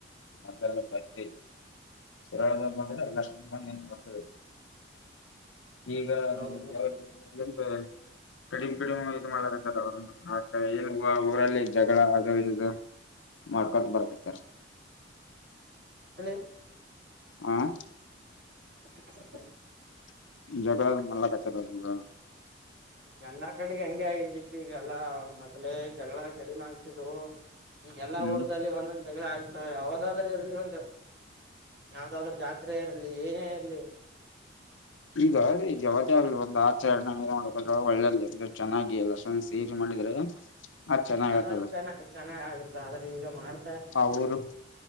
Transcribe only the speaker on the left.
ಮೊದಲೆಲ್ಲ ಬರ್ರಿ ಸುರಳದ ಬಂದ್ರೆ ಎಲ್ಲ ಬ ನೋಡ್ತಬೇಕು. ಈಗ
ಅದ ಯ <unintelligible> ಕಡಿಮ್ ಕಡಿಮ್ ಇ ಮಾಡರ್ತಾರೆ ಅವರು ಆ ಏನ್ ಊರಲ್ಲಿ ಜಗಳ ಅ ಇ ಮಾಡ ಬ ಬರತ <inaudible>
ಆಂ
<unintelligible>
ಹ್ಮ್
ಇದು ಯಾವತ್ತೇ ಆಗ್ಲಿ ಒಂದ್ ಆಚರಣೆ ನೋ ಒಳ್ಳೇದ ಚೆನ್ನಾಗಿ ಎಲ್ಲ ಅಷ್ಟೊ ಸೇರಿ ಮಾಡಿದ್ರೆ. ಅದ್ ಚೆನ್ನಾಗ
ಆತದ
ಅವರು